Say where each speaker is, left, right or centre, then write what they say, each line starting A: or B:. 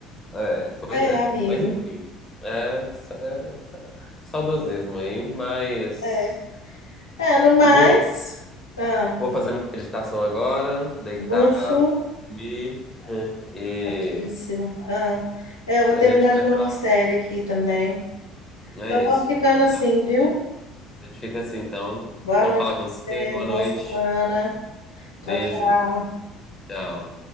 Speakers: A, on the left; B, on the left.
A: É, pois
B: É,
A: é.
B: amigo.
A: Mas enfim. É, sa- é sa- saudosismo aí, mas
B: É. É, no mais,
A: vou,
B: ah,
A: vou fazer minha meditação agora, deitar,
B: luxo,
A: me e
B: certíssimo. Ah, é, eu vou terminar
A: a gente
B: de
A: vai
B: ver
A: se
B: uma
A: falar.
B: série aqui também.
A: É
B: Então
A: isso.
B: vamos ficando
A: Então,
B: assim, viu?
A: A gente fica assim, então.
B: Boa
A: Bom
B: noite
A: falar
B: pra
A: com você.
B: você,
A: Boa
B: boa
A: noite.
B: semana.
A: Beijo.
B: Tchau, tchau.
A: Tchau.